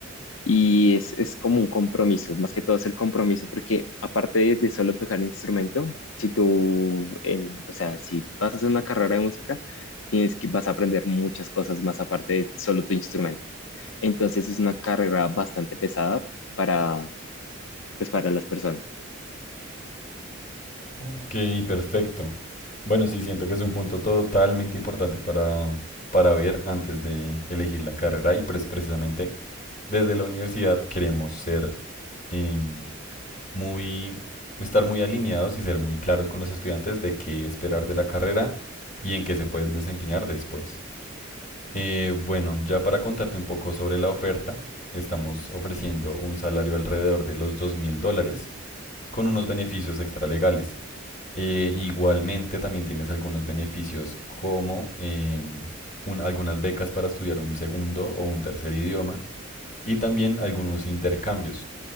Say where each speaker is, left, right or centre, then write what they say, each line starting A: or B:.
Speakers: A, on the left (about 75°); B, on the left (about 40°).
A: y es, es como un compromiso, más que todo es el compromiso, porque aparte de, de solo tocar el instrumento, si tú, en- o sea, si vas a hacer una carrera de música, tienes que, vas a aprender muchas cosas más aparte de solo tu instrumento. Entonces es una carrera bastante pesada para, pues, para las personas.
B: ok, perfecto. Bueno, sí, siento que es un punto totalmente importante para, para ver antes de elegir la carrera y pues precisamente desde la universidad queremos ser em, muy, estar muy alineados y ser muy claros con los estudiantes de qué esperar de la carrera y en qué se pueden desempeñar después. Eh, bueno, ya para contarte un poco sobre la oferta, estamos ofreciendo un salario alrededor de los dos mil dólares con unos beneficios extralegales. Eh, igualmente también tienes algunos beneficios como eh, un- algunas becas para estudiar un segundo o un tercer idioma y también algunos intercambios.